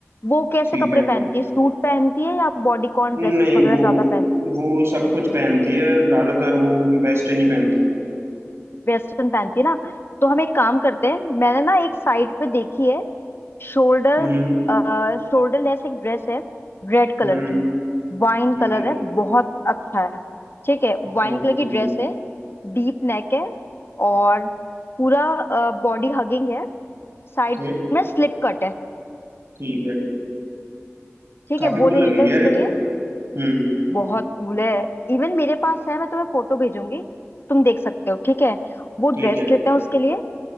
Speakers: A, on the left; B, on the right.
A: वो कैसे
B: ठीक
A: कपड़े
B: है
A: पहनती है सूट पहनती है या बॉडीकॉन
B: नहीं
A: ड्रेसेस वगैरह
B: वो
A: ज्यादा पहनती है
B: वो सब कुछ पहनती है ज्यादातर वो वेस्टर्न ही पहनती है
A: वेस्टर्न पहनती है ना तो हम एक काम करते हैं मैंने ना एक साइट पे देखी है शोल्डर
B: हम्म
A: शोल्डर लेस एक ड्रेस है रेड कलर
B: हम्म
A: की वाइन
B: ठीक
A: कलर
B: है
A: है बहुत अच्छा है ठीक है
B: ओके
A: वाइन कलर की
B: ठीक
A: ड्रेस
B: है
A: है डीप नेक है और पूरा बॉडी हगिंग है साइड
B: ओके
A: में स्लिप कट है
B: ठीक है
A: ठीक
B: काफी
A: है
B: कूल
A: वो ले
B: लगेगी
A: लेते हैं
B: यार
A: उसके
B: ये
A: लिए
B: तो हम्म
A: बहुत कूल है इवन मेरे पास है मैं तुम्हें फोटो भेजूंगी तुम देख सकते हो ठीक है वो
B: ठीक
A: ड्रेस
B: है
A: लेते हैं उसके लिए